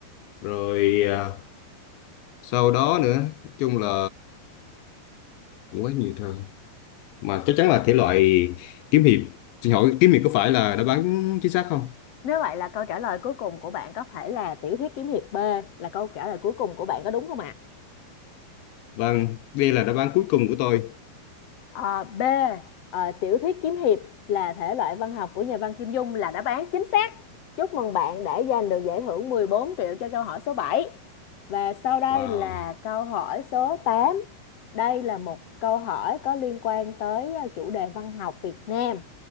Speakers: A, on the left; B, on the left.
A: rồi à, sau đó nữa nói chung là cũng quá nhiều thời mà chắc chắn là thể loại kiếm hiệp xin hỏi kiếm hiệp có phải là đáp án chính xác không
B: Nếu vậy là câu trả lời cuối cùng của bạn có phải là tiểu thuyết kiếm hiệp B là câu trả lời cuối cùng của bạn có đúng không ạ?
A: vâng đây là đáp án cuối cùng của tôi
B: Ờ, B ờ, tiểu thuyết kiếm hiệp là thể loại văn học của nhà văn Kim Dung là đáp án chính xác. Chúc mừng bạn đã giành được giải thưởng 14 triệu cho câu hỏi số bảy Và sau đây
A: wow
B: là câu hỏi số tám Đây là một câu hỏi có liên quan tới ờ, chủ đề văn học Việt Nam.